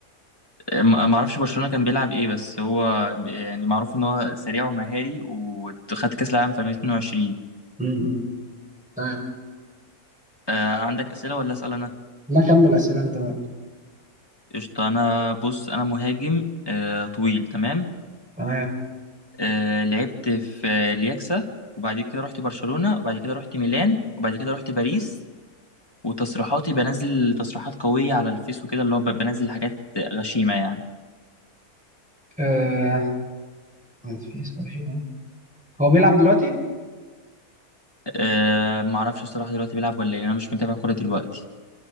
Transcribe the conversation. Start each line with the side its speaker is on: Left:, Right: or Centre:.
Left: ما ما اعرفش برشلونة كان بيلعب ايه بس هو يعني معروف ان هو سريع ومهاري وخد كاس العالم في 2022
Centre: يمين تمام
Left: آه عندك اسئلة ولا اسأل انا
Centre: لا كمل أسئلة أنت بقى
Left: قشطة انا بص انا مهاجم آه طويل تمام
Centre: تمام
Left: آه لعبت في الياكسا وبعد كده رحت برشلونة وبعد كده رحت ميلان وبعد كده رحت باريس وتصريحاتي بنزل تصريحات قوية على الفيس وكده اللي هو ب- بنزل حاجات غشيمة يعني
Centre: آه في سؤال حلو هو بيلعب دلوقتي
Left: آه معرفش الصراحة دلوقتي بيلعب ولا ايه انا مش متابع كورة دلوقتي